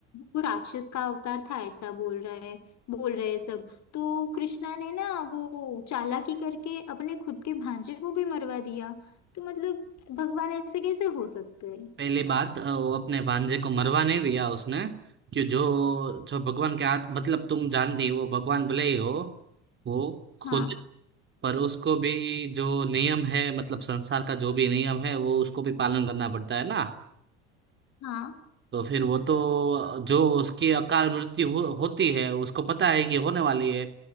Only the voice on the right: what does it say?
पहली बात अ, वो अपने भांजे को मरवा नहीं दिया उसने कि जो जो भगवान के हाथ मतलब तुम जानती हो वो भगवान भले ही हो वो खुद
पर उसको भी जो नियम है मतलब संसार का जो भी नियम है वो उसको भी पालन करना पड़ता है ना
तो फिर वो तो जो उसकी अकाल मृत्यु हो, होती है उसको पता है कि होने वाली है